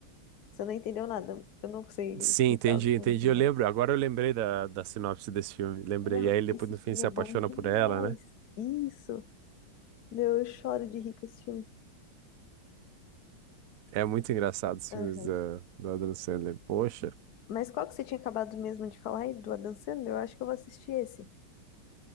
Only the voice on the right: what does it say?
Sim,
entendi,
entendi.
Eu lembro, agora eu lembrei da, da sinopse desse filme. Lembrei.
E aí ele depois
no fim
se
apaixona
por ela, né?
É muito engraçado os
filmes da, do Adam Sandler. Poxa.